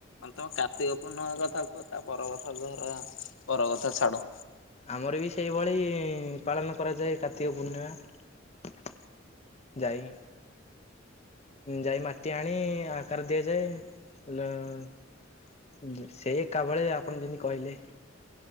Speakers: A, on the left; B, on the left.
A: ତମେ କାର୍ତ୍ତିକ ପୂର୍ଣ୍ଣମା କଥା କୁହ ତା ପର କଥା ପର କଥା ଛାଡ।
B: ଆମର ବି ସେଇଭଳି ପାଳନ କରାଯାଏ କାର୍ତ୍ତିକ ପୂର୍ଣ୍ଣିମା। ଯାଇ ଯାଇ ମାଟି ଆଣି ଆକାର ଦିଆଯାଏ। ହେ ସେ ଏକା ଭଳେ ଆପଣ ଯେମିତି କହିଲେ